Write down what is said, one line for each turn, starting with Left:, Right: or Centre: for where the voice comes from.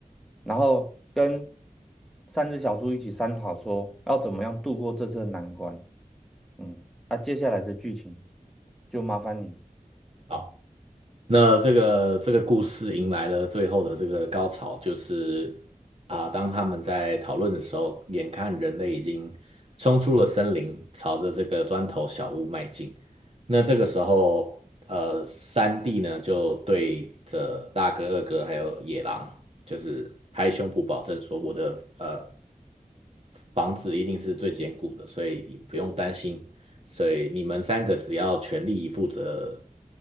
Centre: 然后跟三只小猪一起商讨说要怎么样度过这次的难关。嗯，那、接下来的剧情就麻烦你，
Right: 好。那这个这个故事迎来了最后的这个高潮，就是啊、当他们在讨论的时候，眼看人类已经冲出了森林，朝着这个砖头小屋迈进。那这个时候，呃，三弟呢就对着大哥、二哥还有野狼，就是拍胸脯保证说，我的呃房子一定是最坚固的，所以你不用担心所以你们三个只要全力以赴着